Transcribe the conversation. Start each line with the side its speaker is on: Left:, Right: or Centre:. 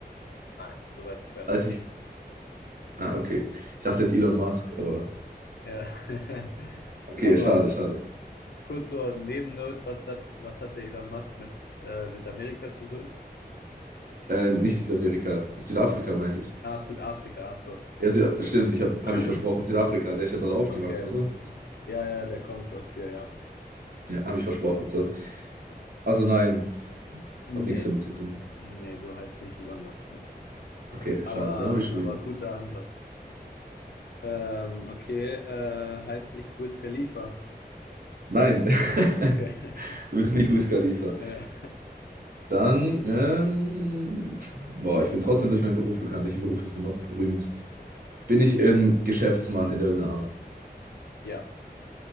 Left: nein, soweit ich weiß
Right: Als
Left: nicht.
Right: ich, ah, okay. Ich dachte jetzt Elon Musk, aber
Left: Ja. <laughs>
Right: okay,
Left: Aber
Right: schade, schade.
Left: kurz so Nebennot, was hat, was hatte Elon Musk mit äh, Südamerika zu tun?
Right: Äh, nicht Südamerika, Südafrika meinte ich.
Left: Ah, Südafrika, ach so.
Right: Ja, Sü stimmt, ich habe hab
Left: <clears throat>
Right: hab ich versprochen, Südafrika, der ist ja dort aufgewachsen,
Left: Okay.
Right: oder?
Left: Ja, ja, der kommt aus hier, ja.
Right: Ja, habe ich versprochen, so. Also nein.
Left: Nee,
Right: Hab nichts damit zu tun.
Left: d- nee, du heißt nicht Elon Musk, ne?
Right: Okay,
Left: Aber,
Right: schade, da bist
Left: aber
Right: du wieder.
Left: guter Ansatz. Ähm, okay, äh, heißt ich Wiz Khalifa.
Right: Nein, <laughs>
Left: Okay.
Right: du bist nicht
Left: <laughs>
Right: Wiz Khalifa.
Left: Äh,
Right: Dann, ähm, boah, ich bin trotzdem durch meinen Beruf bekannt. Welche Berufe sind noch berühmt? Bin ich ein Geschäftsmann in irgendeiner Art?
Left: ja,